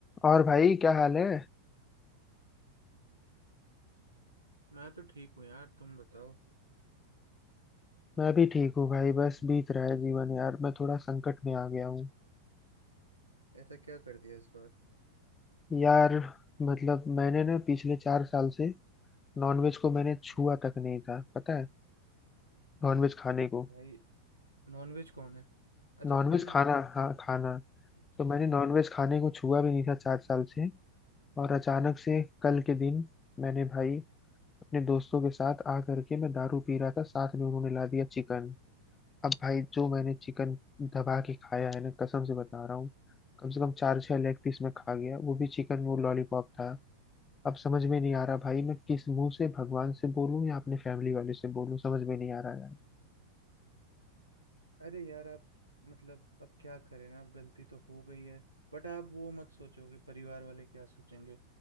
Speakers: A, on the left (about 20°); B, on the right (about 85°).
A: और भाई क्या हाल है
B: मैं तो ठीक हूँ यार तुम बताओ
A: मैं भी ठीक हूँ भाई बस बीत रहा है जीवन यार मैं थोड़ा संकट में आ गया हूँ
B: ऐसा क्या कर दिया इस बार
A: यार मतलब मैंने ना पिछले चार साल से नॉनवेज को मैंने छुआ तक नहीं था पता है नॉनवेज खाने को
B: भाई नॉनवेज कौन है अच्छा
A: नॉनवेज
B: खाना
A: खाना हाँ खाना
B: अच्छा
A: तो मैंने नॉनवेज खाने को छुआ भी नहीं था चार साल से और अचानक से कल के दिन मैंने भाई अपने दोस्तों के साथ आ करके मैं दारू पी रहा था साथ में उन्होंने ला दिया चिकन अब भाई जो मैंने चिकन दबा के खाया है ना कसम से बता रहा हूँ कम से कम चार छह लेग पीस मैं खा गया वो भी चिकन वो लॉलीपॉप था अब समझ में नहीं आ रहा भाई मैं किस मुंह से भगवान से बोलूं या अपने फैमिली वाले से बोलूं समझ में नहीं आ रहा यार
B: अरे यार आप मतलब अब क्या करें ना अब गलती तो हो गई है बट आप वो मत सोचो कि परिवार वाले क्या सोचेंगे